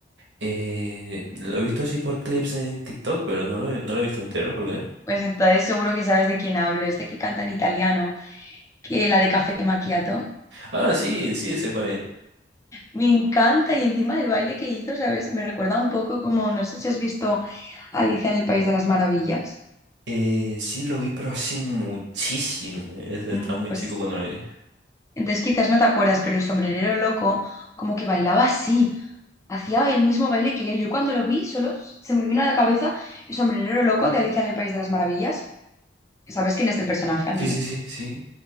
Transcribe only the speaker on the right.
eh, lo he visto así por clips en TikTok, pero no lo, he- no lo he visto entero, ¿por qué?
Ah, sí, sí, sé cuál es.
Eh, sí, lo vi, pero hace muchísimo. eh, o sea,
estaba muy
chico cuando lo vi.
Sí,
sí, sí, sí.